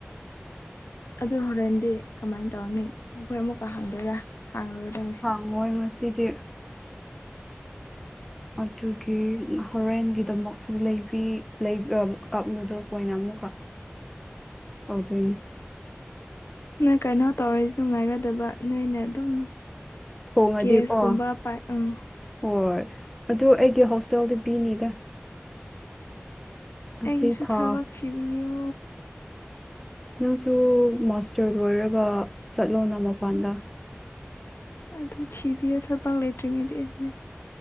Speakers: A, on the left (about 65°); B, in the centre.
A: ꯑꯗꯨ ꯍꯣꯔꯦꯟꯗꯤ ꯀꯃꯥꯏꯅ ꯇꯧꯔꯅꯤ ꯃꯈꯣꯏ ꯑꯃꯨꯛꯀ ꯍꯪꯗꯣꯏꯔꯥ ꯍꯪꯉꯔꯣꯏꯔꯥ ꯉꯁꯤ
B: ꯃꯣꯏ ꯉꯁꯤꯗꯤ ꯑꯗꯨꯒꯤ ꯍꯣꯔꯦꯟꯒꯤꯗꯃꯛꯁꯨ ꯂꯩꯕꯤ ꯂꯩ ꯑꯥ ꯀꯞ ꯅꯨꯗꯜꯁ ꯑꯣꯏꯅ ꯑꯃꯨꯛꯀ ꯑꯣꯏꯗꯣꯏꯅꯦ
A: ꯅꯪ ꯀꯩꯅꯣ ꯇꯧꯔꯗꯤ ꯅꯨꯡꯉꯥꯏꯒꯗꯕ ꯅꯣꯏꯅ ꯑꯗꯨꯝ
B: ꯊꯣꯡꯉꯗꯤꯀꯣ
A: ꯀꯦꯁꯀꯨꯝꯕ ꯄꯥꯏ ꯑꯥ
B: ꯍꯣꯏ ꯑꯗꯨ ꯑꯩꯒꯤ ꯍꯣꯁꯇꯦꯜꯗꯤ ꯄꯤꯅꯤꯗ ꯑꯁꯤ
A: ꯑꯩꯒꯤꯁꯨ
B: ꯊꯥ
A: ꯊꯕꯛ ꯊꯤꯕꯤꯌꯣ
B: ꯅꯪꯁꯨ ꯃꯥꯁꯇꯔ ꯂꯣꯏꯔꯒ ꯆꯠꯂꯣꯅ ꯃꯄꯥꯟꯗ
A: ꯑꯗꯨ ꯊꯤꯕꯤꯌꯣ ꯊꯕꯛ ꯂꯩꯇ꯭ꯔꯤꯉꯩꯗꯤ ꯑꯩꯗꯤ